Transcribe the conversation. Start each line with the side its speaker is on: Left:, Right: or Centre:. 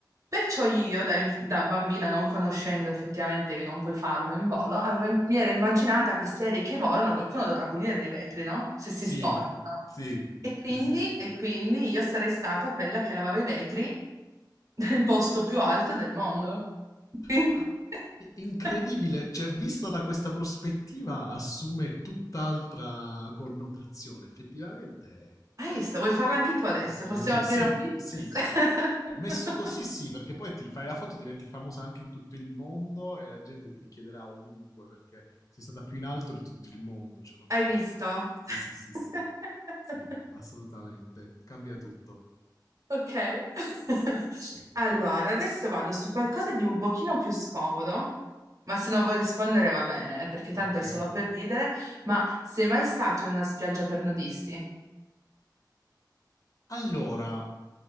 Right: Perciò io, da, inf- da bambina, non conoscendo effettivamente che non puoi farlo in volo, avevo- mi ero immaginata queste aerei che volano, qualcuno dovrà pulirli i vetri, no? Se
Left: Sì,
Right: si storcono.
Left: sì,
Right: E quindi,
Left: sì, sì.
Right: e quindi io sarei stata quella che lavava i vetri nel posto più alto del mondo. Quindi-
Left: Ma i- incredibile,
Right: <laughs>
Left: cioè vista da questa prospettiva assume tutt'altra connotazione, effettivamente, cioè
Right: Hai visto? Vuoi farlo anche tu adesso?
Left: prestigioso.
Right: Possiamo aprire
Left: Sì,
Right: un business.
Left: sì,
Right: <laughs>
Left: Messo così sì, perché poi ti fai la foto, diventi famosa anche in tutto il mondo e la gente ti richiederà ovunque perché sei stata più in alto di tutto il mondo, cioè non
Right: Hai
Left: puoi.
Right: visto?
Left: Sì,
Right: <laughs>
Left: sì, sì, sì. Sì, assolutamente. Cambia tutto.
Right: Ok. <laughs>
Left: Sì.
Right: Allora, adesso vado su qualcosa di un pochino più scomodo, ma se non vuoi rispondere va bene, eh, perché tanto
Left: Ok.
Right: è solo per ridere, ma sei mai stato in una spiaggia per nudisti?
Left: Allora,